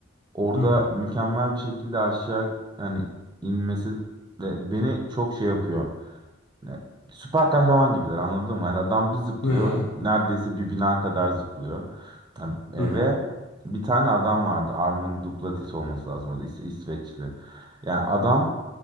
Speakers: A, on the right (about 20°); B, on the left (about 80°).
A: orada
B: Hı hı.
A: mükemmel bir şekilde aşağı yani inmesi ve beni çok şey yapıyor. Ya, Süper kahraman gibiler anladın mı? Hani adam bir zıplıyor
B: Hı hı.
A: neredeyse bir bina kadar zıplıyor. Ha, e,
B: Hı hı.
A: ve bir tane adam vardı. Armin Duplantis olması lazım. O da İs- İsveçli. Yani adam